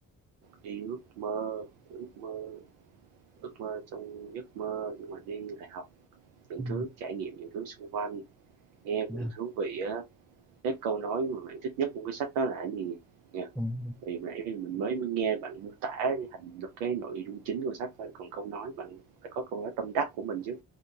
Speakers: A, on the right; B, in the centre.
A: Đi ước mơ, ước mơ, ước mơ trong giấc mơ nhưng mà đi lại học những
B: ừ.
A: thứ, trải nghiệm những thứ xung quanh, nghe
B: Nè,
A: cũng thú vị á. cái câu nói mà bạn thích nhất trong cái sách đó là cái gì nhỉ?
B: còn
A: Thì nãy mình mới mới nghe bạn mô tả thành được cái nội dung chính của sách thôi, còn câu nói bạn phải có câu nói tâm đắc của mình chứ,